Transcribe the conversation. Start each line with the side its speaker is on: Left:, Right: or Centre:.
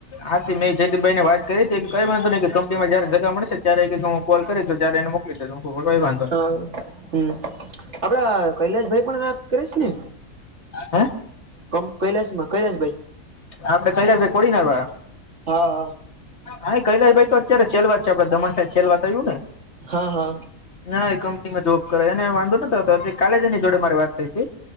Left: હાથી મેં જયતીભાઈ ની વાત કરી હતી કઈ વાંધતો નઈ કે કંપનીમાં જયારે જગા મળશે ત્યારે એક હું કોલ કરી જારે એને મોકલી દેજ હ કઈ વાંધો નહી
Right: હા હમ આપડા કૈલાસ ભાઈ પણ કરીશ ને
Left: હે
Right: કમ કૈલાશમાં કૈલાશભાઈ
Left: આપડે ક લ ભાઈ કોડીનાર વા
Right: હા હા
Left: હા કૈલાશ ભાઈ તો અત્યારે સેલવાસ છે આપડે દમણ સાાઈબ સેલવાસ આવ્યું ને
Right: હા હા
Left: ના એ કંપનીમાં જોબ કરાય એને વાંધો નતો કાલેજ એની જોડે મારી વાત થઈ હતી